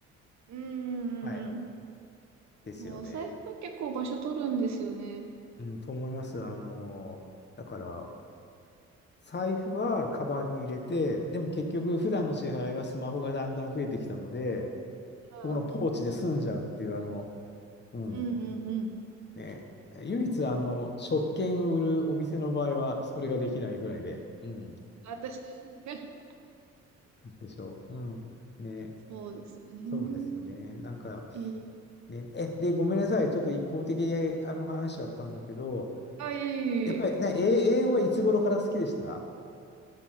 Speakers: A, on the right; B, on the left.
A: うんうんうん
B: はい。ですよね。
A: うお財布は結構場所取るんですよね。
B: うん、と思います。あのー、だから、財布はカバンに入れて、でも結局、普段の支払いはスマホがだんだん増えてきたので、
A: うん
B: このポーチで済んじゃうっていう、あの、うん、
A: うんうんうん。
B: ね。唯一、あの、食券売るお店の場合は、それができないぐらいで、うん。
A: 私、<laughs>
B: でしょう。うん。ね。
A: そうですよね。
B: そうですよね。なんか、
A: いい。
B: ね。え、で、ごめんなさい。ちょっと一方的にあの話しちゃったんだけど、
A: はい
B: やっぱりね、え英語はいつ頃から好きでした